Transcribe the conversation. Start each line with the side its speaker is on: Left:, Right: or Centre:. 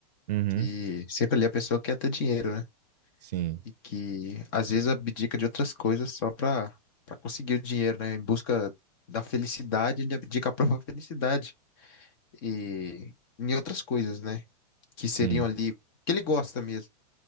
Right: uhum,
Left: Que sempre ali a pessoa quer ter dinheiro, né?
Right: sim,
Left: E que às vezes abdica de outras coisas só pra, pra conseguir o dinheiro, né? Em busca da felicidade, ele abdica a própria <laughs> felicidade e em outras coisas, né? Que
Right: sim,
Left: seriam ali, que ele gosta mesmo,